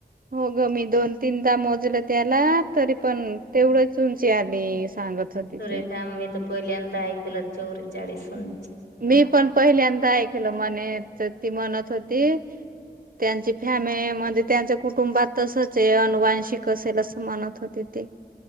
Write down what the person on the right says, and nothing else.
हो गं मी दोन तीनदा मोजलं त्याला तरी पण तेवढंच उंची आली सांगत होती
ती.
मी पण पहिल्यांदा ऐकलं म्हणे तर ती म्हणत होती. त्यांची फॅमे मधे त्यांच्या कुटुंबात तसच आहे अनुवांशिक असेल असं म्हणत होते ती.